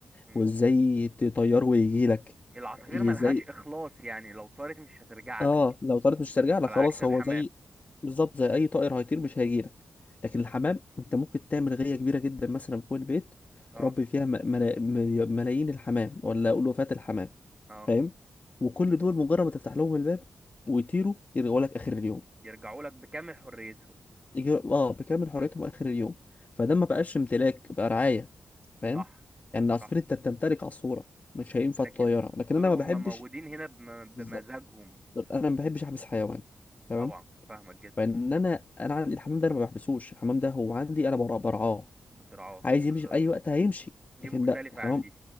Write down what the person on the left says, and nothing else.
وازاي تطيره ويجي لك
ازاي
اه
لو طارت مش ترجع لك
خلاص
هو زي بالظبط زي اي طائر هيطير مش هيجي لك لكن الحمام انت ممكن تعمل غية كبيرة جدا مثلا فوق البيت
تربي فيها م- ملا... مليون- ملايين الحمام ولا اقول وفاة الحمام
فاهم وكل دول مجرد ما تفتح لهم الباب ويطيروا يرجعوا لك اخر اليوم
يجي اه بكامل حريتهم اخر اليوم فده ما بقاش امتلاك بقى رعايه فاهم
يعني العصفور
انت بتمتلك عصفوره مش هينفع
تطيرها لكن
انا
ما بحبش
بالظبط
انا ما بحبش احبس حيوان تمام
فان انا انا عندي الحمام ده انا ما بحبسوش الحمام ده هو عندي انا برع- برعاه
عايز
يمشي في اي وقت هيمشي
لكن
لا الحمام